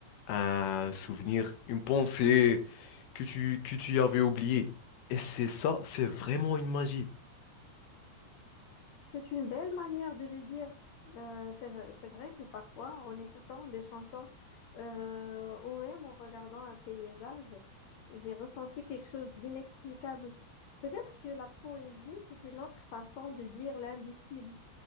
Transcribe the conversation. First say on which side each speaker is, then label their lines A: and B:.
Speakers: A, on the left; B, on the left.
A: un souvenir, une pensée que tu, que tu avais oubliée. Et c'est ça, c'est vraiment une magie.
B: C'est une belle manière de le dire. Euh, c'est vrai, c'est vrai que parfois, en écoutant des chansons euh, ou même en regardant un paysage, j'ai ressenti quelque chose d'inexplicable. Peut-être que la poésie, c'est une autre façon de dire l'indicible.